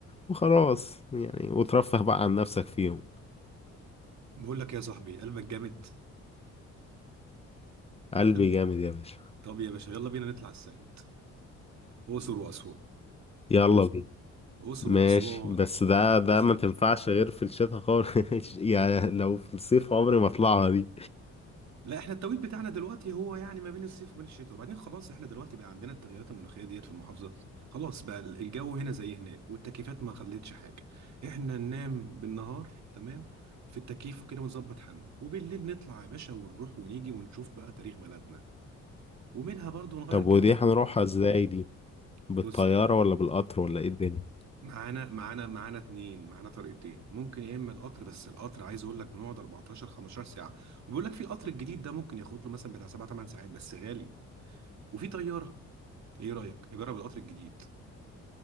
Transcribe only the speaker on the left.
وخلاص يعني وترفه بقى عن نفسك فيهم
قلبي
جامد يا باشا
يلا بينا
ماشي
بس ده ده ما تنفعش غير في الشتاء خالص <laughs> يعني لو في الصيف عمري ما اطلعها دي
طب
ودي هنروحها ازاي دي بالطيارة
ولا بالقطر ولا ايه الدنيا